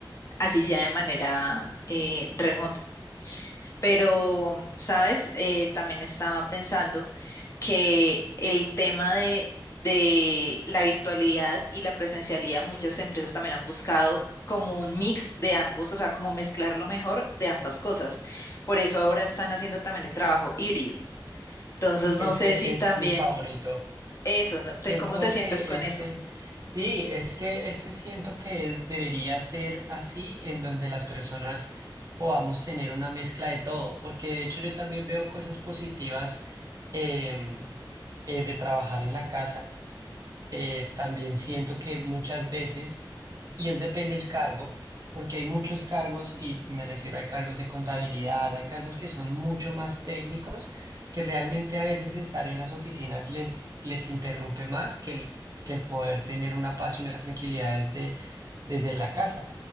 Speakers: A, on the left; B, on the right.
A: así sea de manera eh, remota. Pero, ¿sabes? Eh, también estaba pensando que el tema de, de la virtualidad y la presencialidad, muchas empresas también han buscado como un mix de ambos, o sea, como mezclar lo mejor de ambas cosas. Por eso ahora están haciendo también el trabajo híbrido. Entonces,
B: Ese
A: no sé si
B: es
A: también
B: mi favorito.
A: eso, ¿no?
B: Siento
A: Te- ¿Cómo te sientes
B: que
A: con
B: ese,
A: eso?
B: sí, es que ese siento que debería ser así, en donde las personas podamos tener una mezcla de todo, porque de hecho yo también veo cosas positivas em, eh, de trabajar en la casa. eh, también siento que muchas veces, y es depende del cargo, porque hay muchos cargos, y me refiero a cargos de contabilidad, hay cargos que son mucho más técnicos, que realmente a veces estar en las oficinas les, les interrumpe más que el, que el poder tener una paz y una tranquilidad desde, desde la casa.